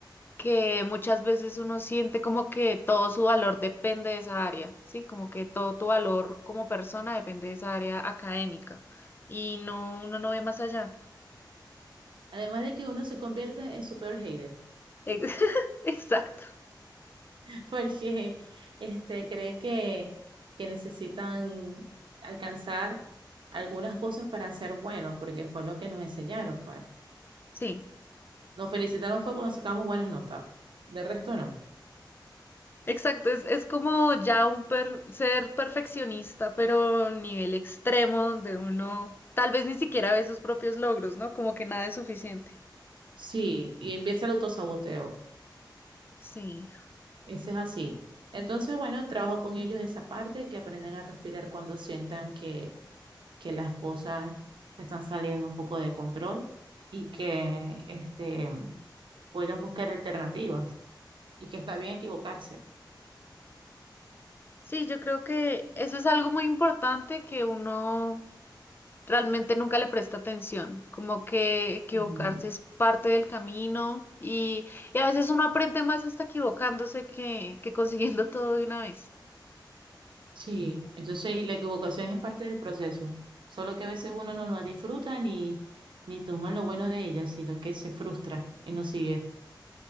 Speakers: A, on the left (about 25°); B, on the right (about 85°).
A: que muchas veces uno siente como que todo su valor depende de esa área, ¿sí? Como que todo tu valor como persona depende de esa área académica y no, uno no ve más allá.
B: Además de que uno se convierte en su peor hater.
A: Ex- <laughs> Exacto,
B: <laughs> porque este, cree que, que necesitan alcanzar algunas cosas para ser buenos, porque fue lo que nos enseñaron, pues.
A: sí,
B: Nos felicitaron fue cuando sacamos buenas notas, de resto no.
A: exacto, es, es como ya un per- ser perfeccionista, pero nivel extremo donde uno tal vez ni siquiera ve sus propios logros, ¿no? Como que nada es suficiente.
B: Sí, y empieza el autosaboteo,
A: Sí.
B: ese es así. Entonces, bueno, trabajo con ellos esa parte, que aprendan a respirar cuando sientan que, que las cosas están saliendo un poco de control y que este, puedan buscar alternativas y que está bien equivocarse.
A: Sí, yo creo que eso es algo muy importante que uno realmente nunca le presta atención, como que equivocarse
B: Ujú.
A: es parte del camino y, y a veces uno aprende más hasta equivocándose que, que consiguiendo <laughs> todo de una vez.
B: Sí, entonces, y la equivocación es parte del proceso, solo que a veces uno no la disfruta ni, ni toma lo bueno de ella, sino que se frustra y no sigue.